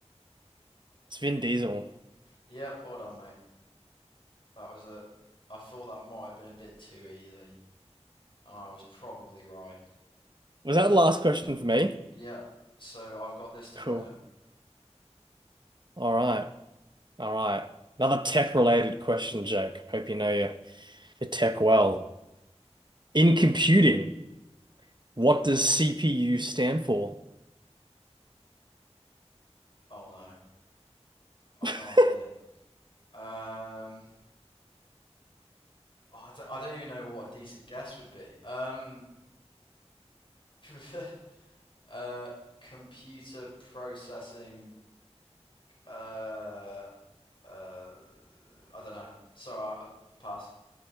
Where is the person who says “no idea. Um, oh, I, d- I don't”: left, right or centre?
Left